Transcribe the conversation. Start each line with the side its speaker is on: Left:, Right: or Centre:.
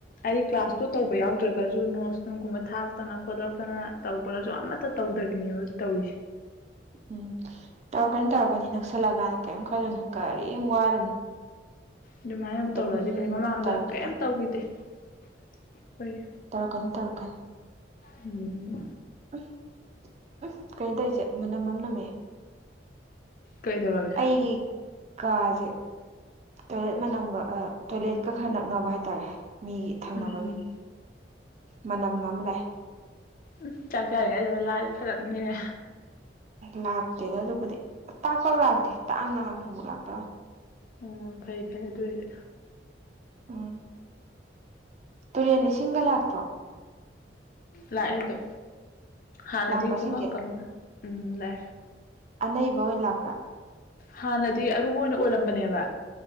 Left: ꯑꯩ ꯀ꯭ꯂꯥꯁ ꯁꯨ ꯇꯧꯕ ꯌꯥꯎꯗ꯭ꯔꯒꯁꯨ ꯅꯣꯁ ꯅꯨꯡꯒꯨꯝꯕ ꯊꯥꯛꯇꯅ ꯈꯣꯠꯇꯛꯇꯅ ꯇꯧꯕꯔꯁꯨ ꯑꯃꯠꯇ ꯇꯧꯗꯕꯤꯅꯦꯕ ꯇꯧꯔꯤꯁꯦ
Right: ꯎꯝ ꯇꯧꯔꯛꯀꯅꯤ ꯇꯧꯔꯛꯀꯅꯤ ꯅꯛꯁꯜꯂꯛꯀꯥꯟꯗ ꯀꯔꯤꯝ ꯈꯜꯂꯨꯅꯨ ꯀꯔꯤꯝ ꯋꯥꯔꯨꯅꯨ
Left: ꯑꯗꯨꯃꯥꯏꯅꯕꯨ
Right: ꯑꯗꯨꯝ
Left: ꯇꯧꯔꯛꯑꯗꯤ ꯐꯩ ꯃꯃꯥꯡꯗ
Right: ꯇꯧꯔꯛꯈꯤꯗꯣꯏꯅꯤ
Left: ꯀꯩꯝ ꯇꯧꯈꯤꯗꯦ ꯑꯩꯈꯣꯏꯒꯤ
Right: ꯇꯧꯔꯛꯀꯅꯤ ꯇꯧꯔꯛꯀꯅꯤ
Left: ꯎꯝ
Right: ꯎꯝ ꯎꯝ ꯀꯩꯅꯣ ꯇꯧꯔꯤꯁꯦ ꯃꯅꯝ ꯑꯃꯝ ꯅꯝꯃꯦ
Left: ꯀꯩꯗꯕꯒꯦ
Right: ꯑꯩꯒꯤ ꯀꯥꯁꯦ ꯇꯣꯏꯂꯦꯠ ꯃꯅꯝꯒ ꯇꯣꯏꯂꯦꯠꯀ ꯈꯔ ꯅꯛꯅꯕ ꯍꯥꯏꯇꯥꯔꯦ ꯃꯤꯒꯤ ꯊꯪꯅꯕꯒꯤ
Left: ꯎꯝ
Right: ꯃꯅꯝ ꯑꯃ ꯂꯥꯛꯑꯦ
Left: ꯎ ꯆꯥꯛ ꯆꯥꯔꯤꯉꯩ ꯑꯗꯨꯃ ꯂꯥꯛꯑꯗꯤ ꯐꯔꯛꯅꯤꯍ
Right: ꯂꯥꯛꯇꯦꯗ ꯑꯗꯨꯕꯨꯗꯤ ꯇꯥꯛꯄꯧ ꯂꯥꯛꯑꯇꯦ ꯇꯥꯡꯅ ꯑꯃꯨꯃꯨꯛ ꯂꯥꯛꯇꯧꯔ
Left: ꯑꯣ ꯐꯩ ꯐꯩꯦ ꯑꯗꯨ ꯑꯣꯏꯗꯤ
Right: ꯎꯝ ꯇꯨꯔꯦꯟ ꯏꯁꯤꯡꯒ ꯂꯥꯛꯇ꯭ꯔꯣ
Left: ꯂꯥꯛꯑꯦꯗꯣ ꯍꯥꯟꯅꯗꯤ
Right: ꯂꯥꯛꯄ꯭ꯔꯥ
Left: ꯄꯨꯡ
Right: ꯁꯤꯡꯒꯤ
Left: ꯀꯨꯛꯀꯗ ꯎꯝ ꯂꯥꯛꯑꯦ
Right: ꯑꯅꯩꯕ ꯑꯣꯏꯅ ꯂꯥꯛꯄ꯭ꯔꯥ
Left: ꯍꯥꯟꯅꯗꯤ ꯑꯔꯨꯕ ꯑꯣꯏꯅ ꯑꯣꯏꯔꯝꯕꯅꯦꯕ